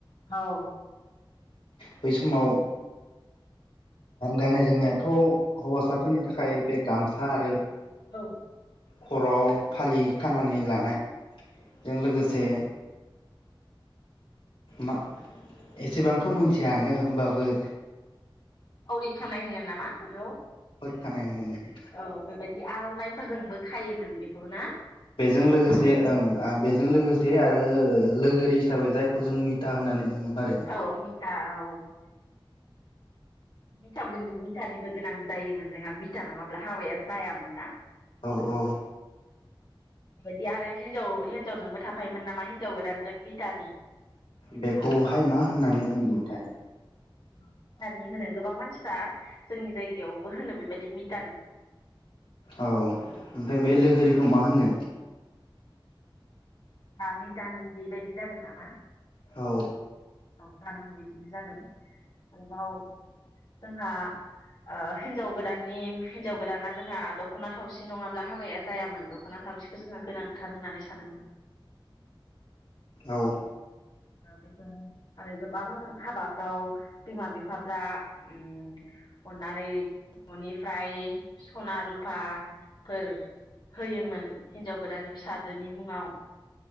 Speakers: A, on the left; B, on the left.
A: औ।
B: बै समाव गाननाय जोमनायाथ' हौवासाफोरनि थाखाय बे गामसा आरो
A: औ।
B: खर'आव फालि खानानै लानायजों लोगोसे मा एसेबांथ' मोनथिया आङो होमबाबो <unintelligible>
A: फावरि खानाय होनगोन नामा बेखौ।
B: खानाय होनगोन बेखौ
A: औ बेबायदि आर'नाइ सोरजोंबो खायोमोन बेखौ ना?
B: बेजों लोगोसे ओं बेजों लोगोसे आरो लोगोरि हिसाबै जायखौ जों मिटा होननानै बुङो। आरो
A: औ‌ मिटा औ। <unintelligible> मिटाबो मिथानिबो गोनां जायोमोन जोंहा मिटा नङाब्ला हाबाया जायामोन ना?
B: औ औ।
A: बेदि आरो हिनजाव हिनजावजोंबो थाफायोमोन नामा हिनजाव गोदानजों मिटानि।
B: बेखौहाय मा होननानै बुंगोनथाय?
A: मिटानि होनो गोबां मानसिफ्रा जोंनि जायगायावबो होनो बेबायदि मिटानि।
B: औ ओमफ्राय बे लोगोरि खौ मा होनगोन?
A: दा मिटानि बेबायदि जागोन नामा?
B: औ।
A: औ जानांगौ बिदिनो जागोन। आरोबाव जोंहा ओ हिनजाव गोदाननि हिनजाव गोदाना जोंहा दख'ना थावसि नङाब्ला हाबाया जायामोन दख'ना थावसिखौ जोंहा गोनांथार होननानै सानोमोन।
B: औ।
A: बेजों आरो गोबां हाबाफ्राव बिमा बिफाफ्रा उम अननानै न'निफ्राय सना रुफा फोर होयोमोन हिनजाव गोदाननि फिसाजोनि मुङाव।